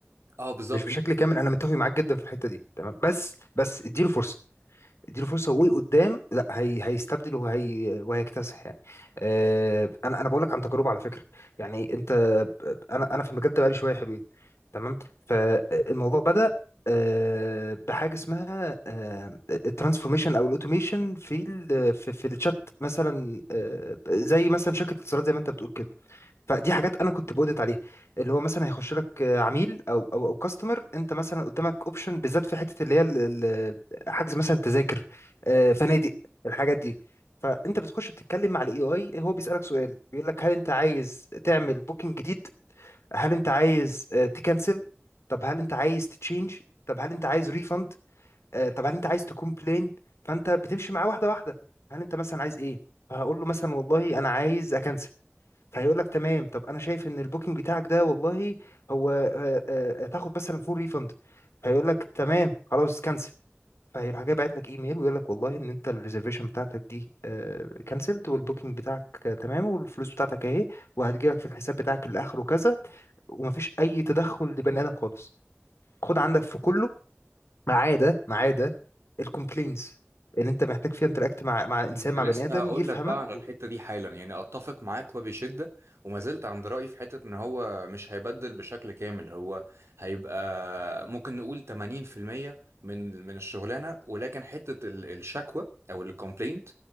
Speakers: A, on the right; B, on the left.
A: اه بالظبط
B: مش بشكل كامل انا متفق معاك جدا في الحته دي تمام بس بس اديله فرصه اديله فرصه وقدام لا هي هيستبدل وهي وهيكتسح يعني آه انا انا بقول لك عن تجربه على فكره يعني انت انا انا في المجال ده بقالي شويه حلوين تمام فالموضوع بدأ آه بحاجه اسمها آه الترانسفورميشن او الاوتوميشن في ال في, في الشات مثلا آه زي مثلا شركه اتصالات زي ما انت بتقول كده فدي حاجات انا كنت بودت عليها اللي هو مثلا هيخش لك آه، عميل او او او كاستمر انت مثلا قدامك اوبشن بالذات في حته اللي هي ال- ال- حجز مثلا تذاكر آه، فنادق الحاجات دي فانت بتخش بتتكلم مع الاي اي هو بيسالك سؤال بيقول لك هل انت عايز تعمل بوكينج جديد هل انت عايز آه، تكنسل طب هل انت عايز تتشينج طب هل انت عايز ريفند طب هل انت عايز تكومبلين فانت بتمشي معاه واحده واحده هل انت مثلا عايز ايه فهقول له مثلا والله انا عايز اكنسل فهيقول لك تمام طب انا شايف ان البوكينج بتاعك ده والله هو آه، آه، آه، تاخد مثلا فول ريفند فيقول لك تمام خلاص كنسل فهيروح جاي باعت لك ايميل ويقول لك والله ان انت الريزرفيشن بتاعتك دي كنسلت والبوكينج بتاعك آه، تمام والفلوس بتاعتك اهي وهتجي لك في الحساب بتاعك اللي اخره كذا ومفيش اي تدخل لبني ادم خالص خد عندك في كله ما عدا ما عدا الكومبلينز اللي انت محتاج فيها انتراكت مع مع انسان
A: كنت
B: مع
A: لسه
B: بني ادم
A: هقول
B: يفهمك
A: لك بقى على الحته
B: و...
A: دي حالا يعني اتفق معاك وبشده وما زلت عند رايي في حته ان هو مش هيبدل بشكل كامل هو هيبقى ممكن نقول 80% من من الشغلانه ولكن حته ال- الشكوى او الكومبلينت